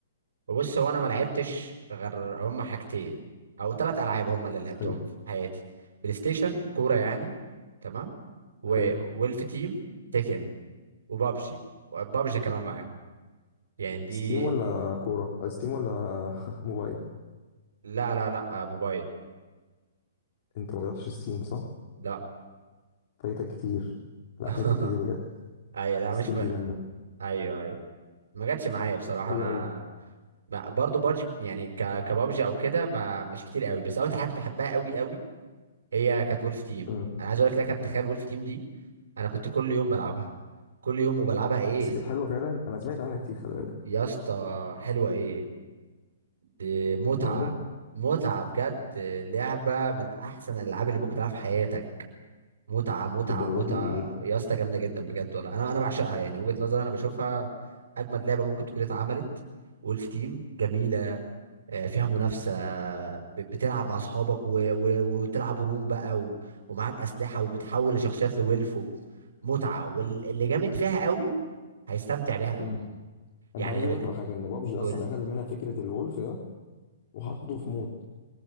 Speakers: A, on the right; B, on the left.
A: بص هو انا ما لعبتش غير هم حاجتين او ثلاث العاب هم اللي لعبتهم
B: حلو
A: في حياتي بلاي ستيشن كوره يعني تمام و-
B: حلو
A: وولف تيم تيكن وبابجي وبابجي كمان معاهم يعني دي
B: ستيم ولا كوره آه، ستيم ولا <laughs> موبايل
A: لا لا لا آه، موبايل
B: انت ما جربتش ستيم صح
A: لا
B: فايتك كتير لا
A: <laughs>
B: فايتك كتير بجد
A: ايوه لا
B: ستيم
A: مش ب...
B: دي جامده
A: ايوه ايوه ما جاتش معايا بصراحه
B: حلوه
A: انا
B: قوي
A: ما برضو بابجي يعني ك... كبابجي او كده ما مش كتير قوي بس اكتر حاجه كنت بحبها قوي قوي هي كانت وولف تيم
B: مم.
A: انا عايز اقول لك لا كانت تخيل وولف تيم دي انا كنت كل يوم بلعبها كل يوم وبلعبها ايه
B: بس كانت حلوه فعلا انا سمعت عنها كتير خلي بالك
A: يا اسطى حلوه ايه دي متعه
B: جامده
A: متعه بجد لعبه من احسن الالعاب اللي ممكن تلعبها في حياتك متعة متعة
B: الدرجه
A: متعة
B: دي
A: يا اسطى جامدة جدا بجد والله انا انا بعشقها يعني وجهة نظري انا بشوفها اجمد لعبة ممكن تكون اتعملت وولف تيم جميلة آه، فيها منافسة ب- بتلعب مع اصحابك و... و... وتلعبوا روم بقى و... ومعاك اسلحة وبتحول لشخصيات لولف و... متعة واللي جامد فيها قوي هيستمتع بيها قوي
B: مم. <laughs>
A: يعني
B: انت عايز
A: اللي
B: اقول
A: بال...
B: لك على حاجه ان بابجي
A: قول
B: اصلا اخدت منها فكره الولف ده وحطته في مود